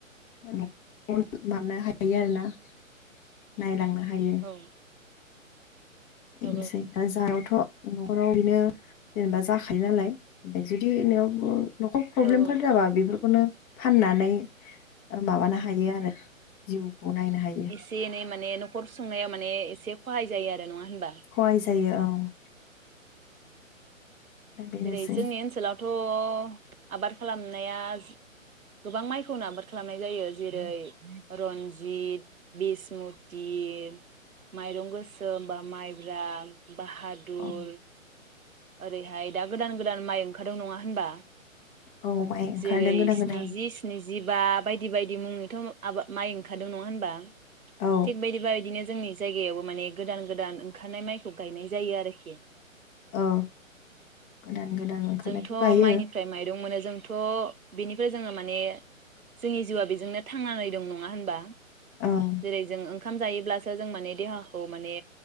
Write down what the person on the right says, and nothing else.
औ औ
औ औ
एसे एनै माने नखर सुंनाया माने एसे खहाय जायो आर नङा होनबा?
जेरै जोंनि ओनसोलावथ थ आबाद खालामनाया गोबां माइखौनो आबाद खालामनाय जायो जेरै रन्जित बिसमुति माइरं गोसोम बा माइब्रा बाहादुर।
ओरैहाय दा गोदान गोदान माइ ओंखारदों नङा होनबा
जेरै
स्निजि
स्निजिबा बायदि बायदि मुङै थोम आबा माइ ओंखारदों नङा होनबा
थिग बेदिबादिनो जोंनि जायगायावबो माने गोदान गोदान ओंखारनाय माइखौ गायनाय जायो आरोखि।
जोंथ'
माइनिफ्राय माइरं मोनो जोंथ बेनिफ्राय जोङो माने जोंनि जिउआ बेजोंनो थांनानै दं नङा होनबा?
जेरै जों ओं ओंखाम जायोब्लासो जों माने देहाखौ माने